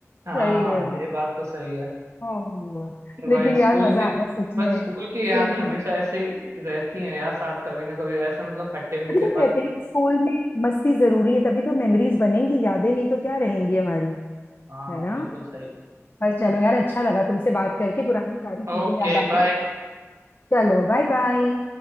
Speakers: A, on the right (about 70°); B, on the left (about 40°).
A: हाँ,
B: सही है वाह
A: ये बात तो सही है
B: ओह, लेकिन
A: भाई
B: यार
A: स्कूल
B: मजा
A: के
B: आया सच
A: पर
B: में
A: स्कूल की
B: स्कूल
A: यादें हमेशा
B: का
A: ऐसे ही रहती हैं यार साथ कभी ना कभी ऐसे मतलब खट्टे मीठे
B: तभी तो कहते
A: पल
B: हैं ना स्कूल में मस्ती जरूरी है तभी तो मेमोरीज बनेंगी यादें नहीं तो क्या रहेंगी हमारी
A: हाँ
B: है ना
A: बिल्कुल सही
B: पर चलो यार अच्छा लगा तुमसे बात करके पुरानी सारी चीजें
A: Okay
B: याद आ
A: bye
B: गई चलो बाय बाय